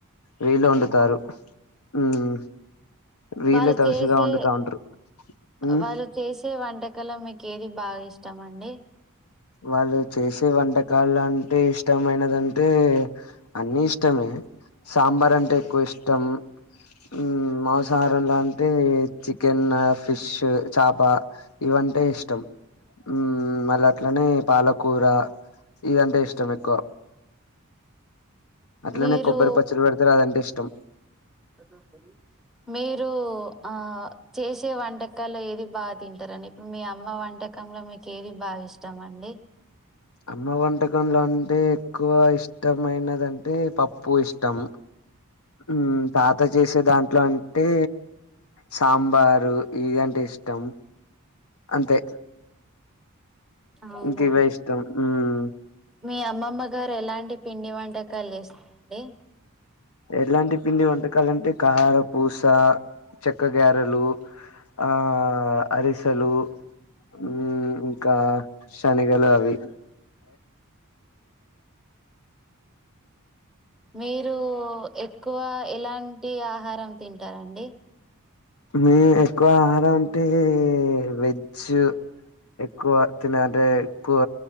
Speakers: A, on the left (about 75°); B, in the centre.
A: వీళ్ళు వండుతారు
B: అవును.
A: మ్మ్ వీళ్ళే
B: వాళ్ళు
A: తలుసుగా
B: చేసే
A: వండుతా ఉంటారు ఉ
B: వాళ్ళు చేసే వంటకలొ మీకు ఏది బాగా ఇష్టం అండి
A: వాళ్ళు చేసే వంటకాలు అంటే ఇష్టమైనదంటే అన్ని ఇష్టమే సాంబార్ అంటే ఎక్కువ ఇష్టం మ్మ్ మాంసాహారం లొ అంటే చికెన్ ఫిష్ చాప ఇవంటే ఇష్టం మ్మ్ మళ అట్లనే పాలకూర ఇదంటే ఇష్టం ఎక్కువ అట్లనే
B: మీరు
A: కొబ్బరి పచ్చడి పెడతారు అదంటే ఇష్టం
B: <unintelligible> మీరు ఆ చేసే వంటకాలు ఏది బాగా తింటారని మీ అమ్మ వంటకంలో మీకు ఏది బాగా ఇష్టం అండి
A: అమ్మ వంటకంలో అంటే ఎక్కువ ఇష్టమైనదింటే పప్పు ఇష్టం మ్మ్ తాత చేసే దాంట్లో అంటే సాంబారు ఇదంటే ఇష్టం అంతే
B: అవునా
A: ఇంక ఇవే ఇష్టం
B: మీ అమ్మమ్మ గారు ఎలాంటి పిండి వంటకాలు చేస్తరండి
A: ఎలాంటి పిండి వంటకాలంటే కార పూస చెక్క గారలు ఆ ఆ అరిసెలు హ్మ్ ఇంకా శనగలు అవి
B: మీరు ఎక్కువ ఎలాంటి ఆహారం తింటారండి
A: మీ ఎక్కువ ఆహారం అంటే వెజ్ ఎక్కువ తినేదే ఎక్కువ